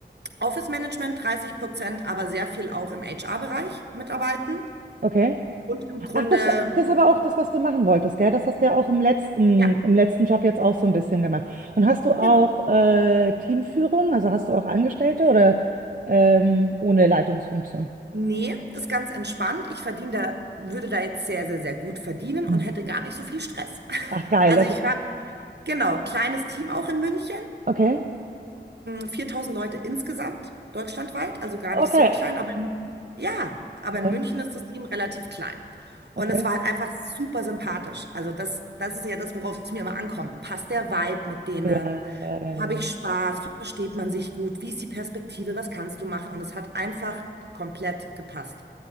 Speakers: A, on the right; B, on the right.
A: Office Management 30 Prozent, aber sehr viel auch im HR-Bereich mitarbeiten.
B: Okay.
A: Und im Grunde,
B: Ach, das, das aber auch das, was du machen wolltest, gell? Das hast du ja auch im letzten,
A: ja,
B: im letzten Job jetzt auch so ein bisschen gemacht. Und hast du auch
A: genau.
B: äh, Teamführung? Also hast du auch Angestellte oder ähm, ohne Leitungsfunktion?
A: Nee, ist ganz entspannt. Ich verdiene da, würde da jetzt sehr, sehr, sehr gut verdienen
B: Mhm.
A: und hätte gar nicht so viel Stress. <laughs>
B: Ach, geil.
A: Also
B: Okay.
A: ich habe, genau, kleines Team auch in München.
B: Okay.
A: 4000 Leute insgesamt, deutschlandweit, also gar
B: Okay.
A: nicht so klein, aber in, ja, aber
B: Ja,
A: in München ist das Team relativ klein. Und
B: okay.
A: es war halt einfach super sympathisch. Also das, das ist ja das, worauf es mir immer ankommt. Passt der Vibe mit denen?
B: Ja, ja, ja, ja.
A: Habe ich Spaß? Versteht man sich gut? Wie ist die Perspektive? Was kannst du machen? Und es hat einfach komplett gepasst.